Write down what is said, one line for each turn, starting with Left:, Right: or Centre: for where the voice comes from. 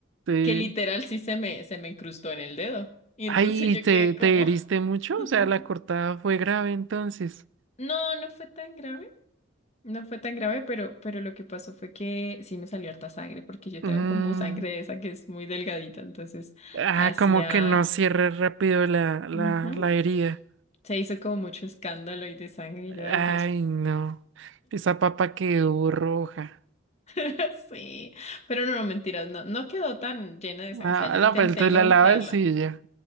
Right: Sí.
Left: que literal sí se me, se me incrustó en el dedo y
Right: Ay,
Left: entonces yo
Right: ¿te,
Left: quedé
Right: te
Left: como,
Right: heriste mucho?
Left: <laughs>
Right: O sea, la cortada fue grave entonces.
Left: no, no fue tan grave, no fue tan grave, pero, pero lo que pasó fue que sí me salió harta sangre porque yo tengo
Right: Mm.
Left: como sangre de esa que es muy delgadita, entonces
Right: Ah,
Left: hacia...
Right: como que no cierre rápido la, la,
Left: ujú.
Right: la herida.
Left: Se hizo como mucho escándalo y de sangre y yo, ay
Right: Ay,
Left: Dios,
Right: no. Esa papa quedó roja.
Left: <laughs> sí. Pero no, no, mentiras, no, no quedó tan llena de sangre.
Right: Ah,
Left: O sea, yo intenté
Right: no, pero tú
Left: no
Right: la
Left: untarla.
Right: lavas y ya.